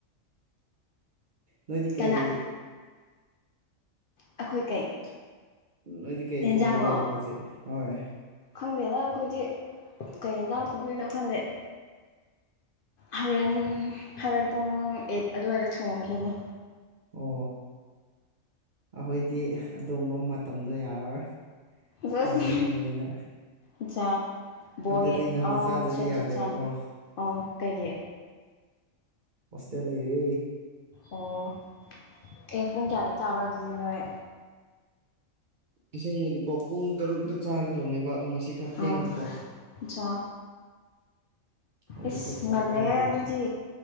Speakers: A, on the right (about 50°); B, on the left (about 65°).
A: ꯅꯣꯏꯗꯤ ꯀꯩ
B: ꯀꯅꯥ ꯑꯩꯈꯣꯏ ꯀꯩ
A: ꯅꯣꯏꯗꯤ ꯀꯩ
B: ꯍꯦꯟꯖꯥꯡꯂꯣ
A: ꯊꯣꯡꯗꯣꯏꯕ ꯍꯧꯖꯤꯛ ꯍꯣꯏ
B: ꯈꯪꯗꯦꯗ ꯑꯩꯈꯣꯏꯗꯤ ꯀꯩ ꯌꯦꯟꯁꯥꯡ ꯊꯣꯡꯗꯣꯏꯅꯣ ꯈꯪꯗꯦ ꯍꯣꯔꯦꯟ ꯍꯣꯔꯦꯟ ꯄꯨꯡ ꯑꯩꯠ ꯑꯗꯨꯋꯥꯏꯗ ꯊꯣꯡꯈꯤꯅꯤ
A: ꯑꯣ ꯑꯩꯈꯣꯏꯗꯤ ꯑꯗꯨꯝꯕ ꯃꯇꯝꯗꯣ ꯌꯥꯔꯔꯣꯏ
B: ꯖꯦꯁ
A: ꯇꯥꯏꯃꯤꯡ ꯂꯩꯕꯅꯤꯅ
B: ꯑꯠꯁꯥ ꯕꯣꯏꯌꯦ
A: ꯍꯟꯗꯛꯇꯤ ꯉꯟꯅ
B: ꯑꯥꯎ
A: ꯆꯥꯗ꯭ꯔꯗꯤ
B: ꯆꯠ
A: ꯌꯥꯗꯦꯕꯀꯣ
B: ꯆꯠꯆꯥ ꯑꯧ ꯀꯩꯒꯤ
A: ꯍꯣꯁꯇꯦꯜ ꯂꯩꯔꯦ
B: ꯑꯣ ꯑꯦ ꯄꯨꯡ ꯀꯌꯥꯗ ꯆꯥꯕ꯭ꯔ ꯑꯗꯨꯗꯤ ꯅꯣꯏ
A: ꯑꯁꯦꯡꯕꯗꯤꯀꯣ ꯄꯨꯡ ꯇꯔꯨꯛꯇ ꯆꯥꯒꯗꯕꯅꯦꯕ ꯑꯗꯣ ꯉꯁꯤ ꯈꯔ ꯊꯦꯡꯕꯀꯣ
B: ꯑꯣ ꯑꯠꯆꯥ
A: ꯍꯧꯖꯤꯛꯇ
B: ꯏꯁ
A: ꯊꯣꯡꯕ
B: ꯉꯜꯂꯦꯍꯦ
A: ꯍꯧꯋꯦ ꯑꯗꯨ
B: ꯑꯗꯨꯗꯤ